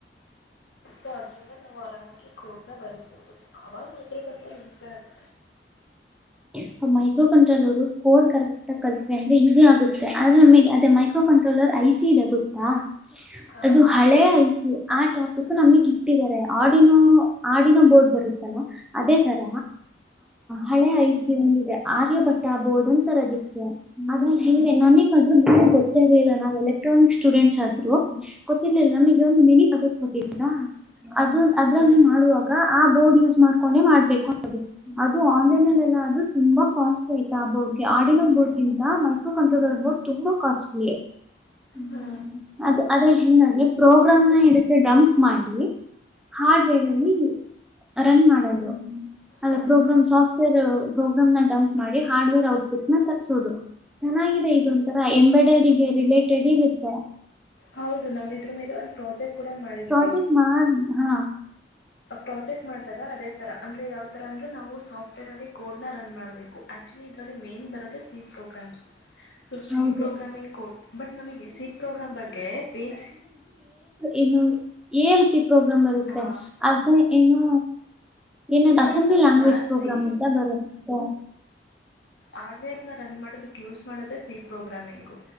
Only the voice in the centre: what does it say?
ಹ್ಮ <inaudible> ಮೈಕ್ರೋ ಕಂಟ್ರೋಲರ್ ಕೋಡ್ ಕರೆಕ್ಟ್ ಕಲ್ಥಿವಿ ಅಂದ್ರೆ ಈಸಿ ಆಗುತ್ತೆ ಆದ್ರೆ ನಮಗೆ ಅದೇ ಮೈಕ್ರೋ ಕಂಟ್ರೋಲರ್ ಐ ಬಿಸಿಿದ ಗೊುತ್ತ <inaudible> ಹ <inaudible>
ಅದು ಹಳೆ ಐಸ ಆ ಟಾಪಿಕ್ ನಮಗ್ ಇಟ್ಟಿದ್ದಾರೆ ಆಡಿನೋ ಆಡಿನೋ ಬೋರ್ಡ್ ಬರುತ್ತಲ್ಲ ಅದೇ ತರ ಹಳೆ ಐ ಓ ಒಂದಿದೆ ಆರ್ಯಭಟ್ಟ ಬೋರ್ಡ್ ಅಂತರದಿಕ್ಕೆ ಆದ್ರ
ಹೆಂಗೆ ನಮಗ ಆದ್ರೂ ಬ ಗೊತ್ತೇರ್ಲಿಲ್ಲ ನಾವಲ್ಲ ಎಕ್ಟ್ರಾನಿಕ್ ಸ್ಟೂಡೆಂಟ್ಸ್ ಆದ್ರು ಗೊತ್ತಿರ್ಲಿಲ್ಲ ನಮಗ ಒಂದು ಮಿನಿ ಪಸಟ್ ಕೊಟ್ಟಿಲ್ಲಾ ಅದು ಅದ್ರಲ್ಲಿ
ಮಾಡುವಾಗ ಆ ಬೋರ್ಡ್ ಯೂಸ್ ಮಾಡ್ಕೊಂಡೆ ಮಾಡ್ಬೇಕು ಅದು ಅದು ಆನ್ಲೈನ್ಲ್ಲ ಎಲ್ಲ ದು ತುಂಬಾ ಕಾಸ್ಟ್ಲಿ ಆಯ್ತ ಆ ಬೋರ್ಡ್ಗೆ ಆಡಿನೋ ಬೋರ್ಡ್ ಗಂತ ಮೈಕ್ರೋ ಕಂಪ್ಯೂಟರ್ ಬೋರ್ಡ್ ತುಂಬಾ ಕಾಸ್ಟ್ಲಿ ಹ್ಮ
ಅದ ಅದೇ ಹಿಂಗೆ ಪ್ರೋಗ್ರಾಮ್ನ ಇದಕ್ಕೆೆ ಡಂಪ್ ಮಾಡಿ ಹಾರ್ಡ್ವೇರ್ ಅಲ್ಲಿ ರನ್ ಮಾಡದು ಅಲ್ಲ
ಪ್ರೋಗ್ರಾಮ್ ಸಾಫ್ಟ್ವೇರ್ ಪ್ರೋಗ್ರಾಮ್ ನ ಡಂಪ್ ಮಾಡಿ ಹಾರ್ಡ್ವೇರ್ ಔಟ್ಪುಟ್ ನ ತರ್ಸೋುದು ಚೆನ್ನಾಗಿದೆ ಇದೊ ಒಂರ ಎಂಬ್ರಾಡಡ ರಿಲೇಟೆಡ್ ಇರುತ್ತೆ
ಪ್ರಾಜೆಕ್ಟ್ ಮಾಡ ಹಾ
ಹೌದು
ಏನ್ನು ಎಲ್ ಪಿ ಪ್ರೋಗ್ರಾಮ್ ಬರುತ್ತೆ
ಅ ಏನು ಏನ ಅಸೆಂಬ್ಲಿ
ಲ್ಯಾಂಗ್ವೇಜ್
ಪ್ರೋಗ್ರಾಮ್ ಅಂತ ಬರುತ್ತ